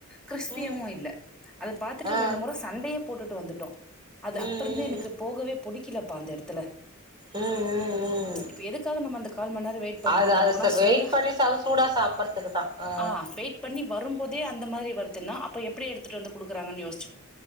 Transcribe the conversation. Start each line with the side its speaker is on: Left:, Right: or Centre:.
Centre: க்ரிஸ்பியாவு
Right: ம்
Centre: இல்ல அத பாத்துட்டு
Right: ஆ
Centre: ரெண்டு முற சண்டையே போட்டுட்டு வந்துட்டோ அது
Right: ம்
Centre: அப்பறந்தே
Right: ம்
Centre: எனக்கு போகவே புடிக்கலப்பா அந்த எடத்துல
Right: அ அ அ ம்
Centre: இப்ப எதுக்காக நம்ம அந்த கால் மண் நேரோ வெயிட் பண்றோ
Right: அது
Centre: அங்க
Right: அது
Centre: போனா
Right: சர்
Centre: சூடா
Right: வெயிட் பண்ணி சாப்ப சூடா சாப்பறதுக்குதா அ
Centre: ஆ வெயிட் பண்ணி வரும்போதே அந்த மாரி வருதுன்னா அப்ப எப்டி எடுத்துட்டு வந்து குடுக்குறாங்கன் யோஸ்ச்